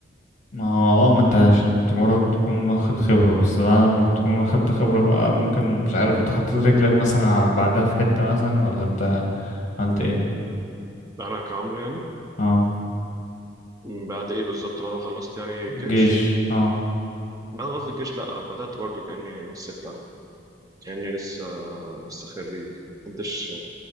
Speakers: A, on the left; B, on the right.
A: ما هو اه ما انت عشان مجرد تكون واخد خبرة بس بعد ما تكون واخدت خبرة بقى ممكن مش عارف انت حطيت رجلك مثلا على- بعدها في حتة مثلا ولا انت عملت ايه
B: أنا كعمرو يعني
A: اه
B: مم، بعد إيه بالظبط بعد ما خلصت يعني الجيش
A: جيش اه
B: بعد ما خلصت الجيش لأ بدأت برضو كأني من الصفر على فكرة. كأني لسه لسه خريج محدش